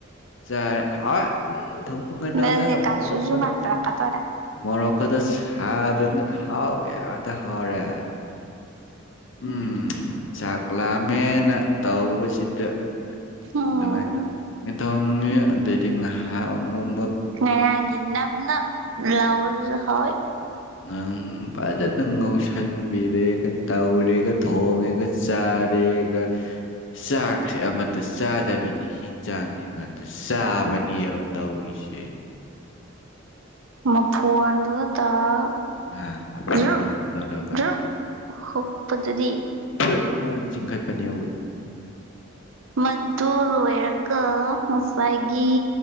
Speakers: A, on the left; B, on the right.
A: ꯆꯥꯔꯦ ꯍꯥꯎꯋꯦ ꯎꯝ ꯊꯨꯝꯒ
B: ꯑꯗꯨꯗꯤ
A: ꯅꯝꯗꯅ
B: ꯀꯥꯖꯨꯁꯨ
A: ꯃꯣꯔꯣꯛꯀꯗꯣ
B: ꯃꯥꯟꯁꯤꯜꯂꯛꯀꯗꯣꯔꯦ
A: ꯃꯣꯔꯣꯛ ꯀꯗ ꯁꯥꯗꯅ ꯍꯥꯎ ꯀꯌꯥꯗ ꯍꯥꯎꯔꯦ ꯎꯝ ꯆꯥꯛ ꯂꯥꯝꯃꯦꯅ ꯇꯧꯕꯁꯤꯗ
B: ꯎꯝ
A: ꯑꯗꯨꯃꯥꯏꯅ ꯇꯧꯔꯦ ꯇꯪꯉꯦ ꯑꯗꯩꯗꯤ ꯉꯥꯏꯍꯥꯛ ꯑꯃꯨꯛ
B: ꯉꯔꯥꯡꯒꯤ ꯅꯞ ꯅꯞ ꯂꯥꯎꯕꯗꯨꯁꯨ ꯍꯥꯎꯋꯤ
A: ꯑꯝ ꯐꯖꯅ ꯉꯧꯁꯟꯕꯤꯔꯦꯒ ꯇꯧꯔꯦꯒ ꯊꯣꯡꯉꯦꯒ ꯆꯥꯔꯦ ꯔꯦꯒ ꯆꯥꯛꯁꯦ ꯑꯃꯠꯇ ꯆꯥꯗꯕꯤꯅꯤ ꯍꯤꯟꯖꯥꯡꯁꯦ ꯉꯥꯛꯇ ꯆꯥꯕꯅꯦꯕ ꯇꯧꯔꯤꯁꯦ
B: ꯃꯐꯣꯟꯗꯨꯒ ꯇꯧꯔꯒ
A: ꯑꯥꯥ ꯃꯐꯣꯟꯗꯨꯅ
B: ꯖ꯭ꯔꯨꯞ
A: ꯇꯧꯔꯒ
B: ꯖ꯭ꯔꯨꯞ ꯍꯨꯛꯄꯗꯨꯗꯤ
A: ꯗꯨꯅ ꯆꯤꯡꯈꯠꯄꯅꯦ
B: ꯃꯗꯨ ꯂꯣꯏꯔꯥ ꯒ ꯉꯥꯁꯥꯏꯒꯤ